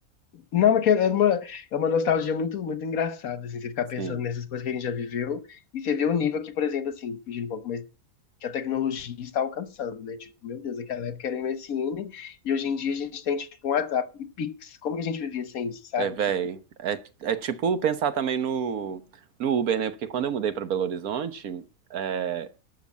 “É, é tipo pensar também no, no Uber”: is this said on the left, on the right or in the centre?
Right